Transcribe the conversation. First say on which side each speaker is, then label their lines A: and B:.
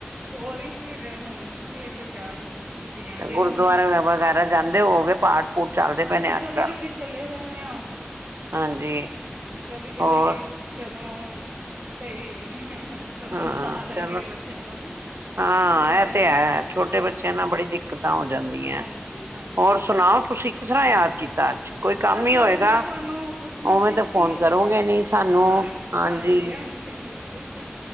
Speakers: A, on the right; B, on the right.
A: ਸੋਰੀ ਸੀ ਤੇ ਹੁਣ ਉੱਠੀ ਏ ਤੇ ਚਾਹ ਚੂ ਪੀਆਂਗੇ
B: ਗੁਰਦੁਆਰੇ
A: ਹੁਣ
B: ਵਗੈਰਾ ਜਾਂਦੇ ਹੋਵੋ ਗੇ ਪਾਠ ਪੂਠ ਚੱਲਦੇ
A: ਹਾਂਜੀ
B: ਪਏ ਨੇ ਅੱਜ
A: ਕਦੀ
B: ਕੱਲ
A: ਕਦੀ ਚਲੇ ਜਾਂਦੇ ਆਂ
B: ਹਾਂਜੀ
A: ਕਦੀ ਕਦੀ
B: ਹੋਰ
A: ਜਦੋਂ ਸਹੀ ਦ
B: ਹਾਂ
A: ਲੱਗੇ
B: ਚਲੋ
A: ਬੱਚਿਆਂ ਦਾ
B: ਹਾਂ
A: ਕਿਸੇ ਟਾਈਮ
B: ਇਹ ਤੇ ਹੈ ਛੋਟੇ ਬੱਚਿਆਂ ਨਾਲ ਬੜੀ ਦਿੱਕਤਾਂ ਹੋ ਜਾਂਦੀਆਂ
A: ਹਾਂਜੀ ਹਾਂਜੀ
B: ਹੋਰ ਸੁਣਾਓ ਤੁਸੀਂ ਕਿਸ ਤਰ੍ਹਾਂ ਯਾਦ ਕੀਤਾ <unintelligible>
A: ਬਸ
B: ਕੋਈ ਕੰਮ ਈ ਹੋਏਗਾ
A: ਉਹ ਮੈਂ ਤੁਹਾਨੂੰ ਪੁੱਛਣਾ
B: ਉਵੇਂ
A: ਸੀ
B: ਤਾਂ
A: ਕਿ
B: ਫੋਨ ਕਰੋਂਗੇ ਨੀ ਸਾਨੂੰ
A: ਹਾਂ
B: ਹਾਂਜੀ
A: ਹਾਂਜੀ ਬਿਲਕੁਲ